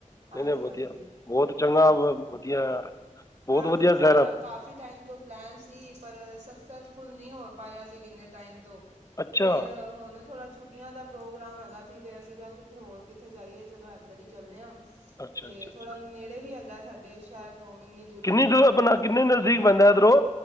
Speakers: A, on the right; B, on the left.
A: ਹਾਂਜੀ
B: ਨਈ-ਨਈ ਵਧੀਆ,
A: ਹਾਂਜੀ
B: ਬੋਤ ਚੰਗਾ
A: ਹਾਂਜੀ
B: ਵਧੀਆ ਯਾਰ।
A: ਵੈਸੇ
B: ਬਹੁਤ ਵਧੀਆ
A: ਵੀ ਸਾਡਾ
B: ਸ਼ਹਿਰ ਆ
A: ਕਾਫੀ ਟਾਈਮ ਤੋਂ ਪਲੈਨ ਸੀ ਪਰ ਸਕਸੈਸਫੁਲ ਨਹੀਂ ਹੋ ਪਾ ਰਿਹਾ ਸੀ ਕਿੰਨੇ ਟਾਈਮ ਤੋਂ।
B: ਅੱਛਾ
A: ਫੇਰ ਹੁਨ ਥੋੜਾ ਛੁੱਟੀਆਂ ਦਾ ਪ੍ਰੋਗਰਾਮ ਹੈਗਾ ਸੀ ਤੇ ਅਸੀਂ ਕਯਾ ਕਿੱਥੇ ਹੋਰ, ਕਿੱਥੇ ਜਾਈਏ ਚਲੋ ਏਧਰ ਹੀ ਚੱਲਨੇ ਆਂ।
B: ਅੱਛਾ
A: ਤੇ
B: ਅੱਛਾ ਅੱਛਾ
A: ਥੋੜਾ ਨੇੜੇ ਵੀ ਹੈਗਾ ਸਾਡੇ ਸ਼ਹਿਰ ਤੋਂ ਇੰਨੀ ਦੂਰੀ
B: ਕਿੰਨੀ
A: ਤੇ ਵੀ
B: ਦੂਰ
A: ਨੀ
B: ਆਪਣਾ
A: ਪੈਂਦਾ,
B: ਕਿੰਨੇ ਨਜ਼ਦੀਕ ਪੈਂਦਾ ਇੱਧਰੋਂ